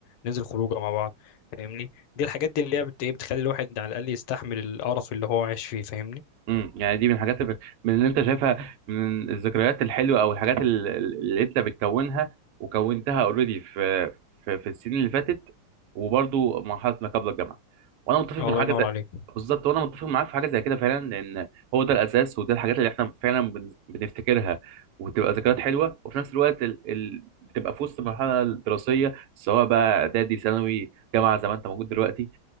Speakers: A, on the left; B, on the right.
A: ننزل خروجه مع بعض فاهمني دي الحاجات دي اللي هي بت- إيه، بتخلي الواحد على الاقل يستحمل القرف اللي هو عايش فيه فاهمني
B: امم يعني دي من الحاجات اللي من اللي انت شايفها من الذكريات الحلوه او الحاجات ال- اللي انت بتكونها وكونتها اوريدي في في في السنين اللي فاتت وبرضو مرحله ما قبل الجامعه وانا متفق
A: الله
B: مع حاجه
A: ينور
B: زي
A: عليك
B: بالظبط وانا متفق معاك في حاجه زي كده فعلا لان هو ده الاساس وده الحاجات اللي احنا فعلا بن- بنفتكرها وبتبقى ذكريات حلوه وفي نفس الوقت ال... ال... بتبقى في وسط المرحله الدراسيه سواء بقى اعدادي ثانوي جامعه زي ما انت موجود دلوقتي